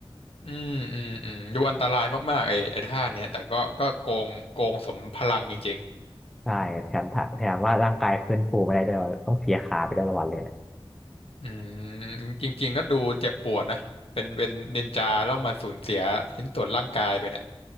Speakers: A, on the left; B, in the centre.
A: อืมอืมอืมดูอันตรายมากๆไอ้ไอ้ท่าเนี้ยแต่ก็ก็โกงโกงสมพลังจริงๆ
B: ใช่แถมถ้าแถมว่าร่างกายฟื้นฟูไม่ได้ด้วยต้องเสียขาไปด้วยละวันเลย
A: อืมจริงๆก็ดูเจ็บปวดนะเป็นเป็นนินจาต้องมาสูญเสียชิ้นส่วนร่างกายไปเนี่ย